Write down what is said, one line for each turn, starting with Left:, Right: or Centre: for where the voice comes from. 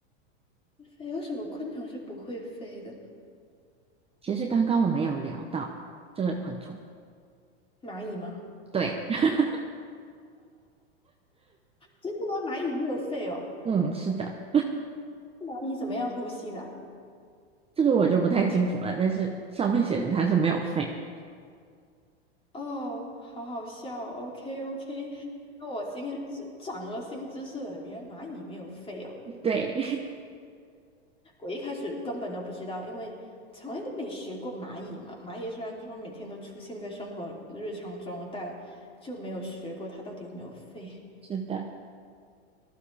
Left: 飞有什么昆虫是不会飞的呢？
Right: 其实刚刚我们有聊到这个昆虫。
Left: 蚂蚁吗？
Right: 对，<laughs>
Left: 真的吗？蚂蚁没有肺哦，
Right: 嗯，是的，
Left: 蚂蚁怎么样呼吸的啊
Right: 这个我就不太清楚了，但是上面写的它是没有肺
Left: 哦，好好笑 o k OK，那我今天只长了新知识了，原来蚂蚁没有肺哦，
Right: <laughs>。对，
Left: 我一开始根本都不知道，因为从来都没学过蚂蚁嘛。蚂蚁虽然说每天都出现在生活日常中，但就没有学过它到底有没有肺。
Right: <laughs> 是的，